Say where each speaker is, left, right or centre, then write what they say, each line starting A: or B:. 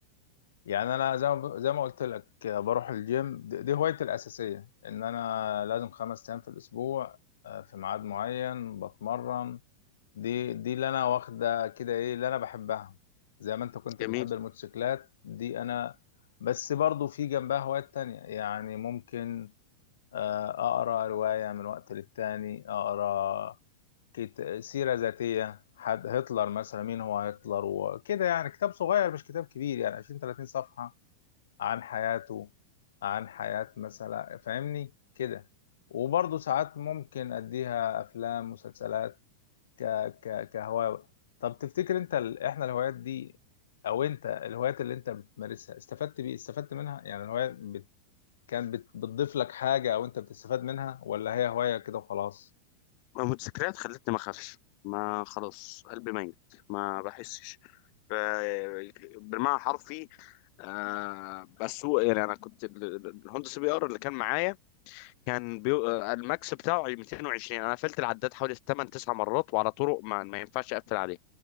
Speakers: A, on the left; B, on the left.
A: يعني انا زي ما زي ما قلت لك بروح الجيم دي دي هوايتي الأساسية ان انا لازم خمس ايام في الاسبوع آه، في ميعاد معين بتمرن دي دي اللي انا واخده كده ايه اللي انا بحبها زي ما انت كنت
B: جميل
A: بتحب الموتوسيكلات دي انا بس برضو في جنبها هوايات تانية يعني ممكن آه، اقرا رواية من وقت للتاني اقرا كت... سيرة ذاتية حد هتلر مثلا مين هو هتلر وكده يعني كتاب صغير مش كتاب كبير يعني 20 30 صفحة عن حياته عن حياة مثلا فاهمني كده وبرضه ساعات ممكن اديها افلام مسلسلات ك ك كهواية طب تفتكر انت ال... احنا الهوايات دي او انت الهوايات اللي انت بتمارسها استفدت بيه استفدت منها يعني الهواية بت... كانت بت... بتضيف لك حاجة او انت بتستفاد منها ولا هي هواية كده وخلاص
B: المتذكرات خلتني ما اخافش ما خلاص قلبي ميت ما بحسش ب- بالمعنى حرفي آه بس هو يعني انا كنت ال- ال- الهوندا سي بي ار اللي كان معايا كان بيو... آه، الماكس بتاعه 220 انا قفلت العداد حوالي 8 9 مرات وعلى طرق ما, ما ينفعش اقفل عليه